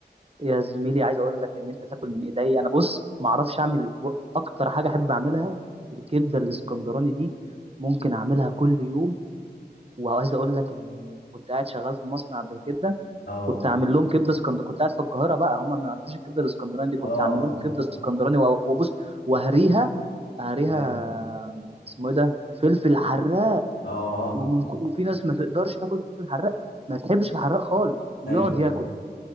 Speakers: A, on the right; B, on the left.
A: يا زميلي عايز اقول لك ان انت تاكل من ايدي انا بص ما اعرفش اعمل اكتر حاجه احب اعملها الكبده الاسكندراني دي ممكن اعملها كل يوم وعايز اقول لك ان كنت قاعد شغال في مصنع قبل كده
B: اه
A: كنت اعمل لهم كبده اسكندراني كنت قاعد في القاهره بقى هم ما يعرفوش الكبده الاسكندراني دي كنت
B: اه
A: اعمل
B: اه
A: لهم كبده اسكندراني و- وبص وهريها هريها
B: ايوه
A: اسمه ايه ده فلفل حراق
B: اه آه.
A: ومن ك- وفي ناس ما تقدرش تاكل فلفل حراق ما تحبش الحراق خالص ويقعد
B: ايوه
A: ياكل
B: ايوه